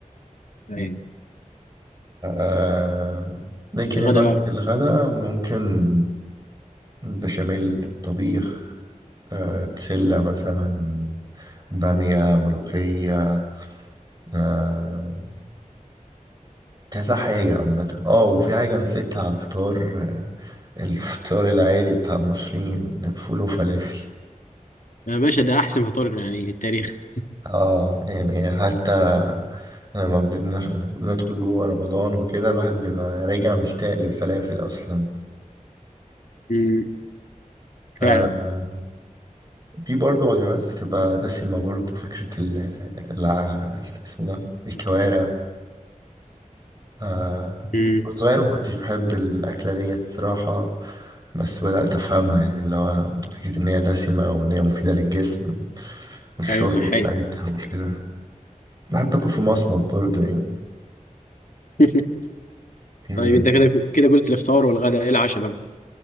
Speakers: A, on the left; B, on the right.
A: ايوه
B: آه لكن
A: الغدا
B: الوجبة
A: بقى
B: الغداء ممكن بشاميل طبيخ آه بسلة مثلا بامية ملوخية آه كذا حاجة عامة اه وفي حاجة نسيتها على الفطار آه، الفطار العادي بتاع المصريين فول وفلافل
A: يا باشا ده احسن فطار يعني في التاريخ
B: اه يعني حتى لما بنح- بندخل جوه رمضان وكده الواحد بيبقى راجع مشتاق للفلافل اصلا
A: <laughs> مم.
B: آه
A: فعلا
B: في برضه وجبات بتبقى دسمة برضه فكرة ال الع- اسمه ده الكوارع آه،
A: مم.
B: وأنا صغير ما كنتش بحب الأكلة ديت الصراحة بس بدأت أفهمها يعني اللي هو فكرة إن هي دسمة وإن هي مفيدة للجسم والشوربة
A: ايوه صحيا
B: بتاعتها وكده بحب آكل في مصمت برضه يعني
A: <laughs>
B: مم.
A: طيب انت كده كده قلت الافطار والغدا ايه العشاء بقى